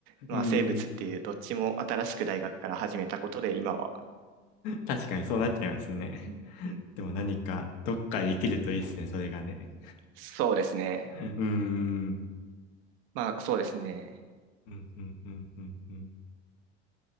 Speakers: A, on the right; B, on the left.
A: まあ、
B: うん、
A: 生物っていうどっちも新しく大学から始めたことで今は、
B: 確かにそうなっちゃいますね。
A: うん、うん、
B: でも何か、どっかで生きるといいっすね、それがね。
A: そうですね。
B: うーん。
A: まあそうですね。
B: うん、うん、うん、うん、うん。